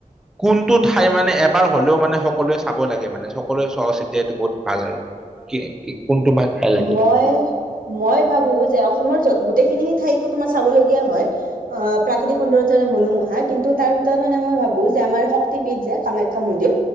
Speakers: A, in the centre; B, on the right (about 90°).
A: কোনটো ঠাই মানে এবাৰ হলেও মানে সকলোৱে চাব লাগে মানে সকলোৱে চোৱা উচিত যে এইটো বহুত ভাল আৰু। <unintelligible> ঠাই লাগে?
B: মই-মই ভাবো যে অসমৰ যত গোটেইখিনি ঠাইতো তোমাৰ চাবলগীয়া হয়, অ, প্ৰাকৃতিক সৌন্দৰ্য যেনে মনোমোহা কিন্তু তাৰ <unintelligible> মানে মই ভাবো যে আমাৰ শক্তি পীঠ যে কামাখ্যা মন্দিৰ,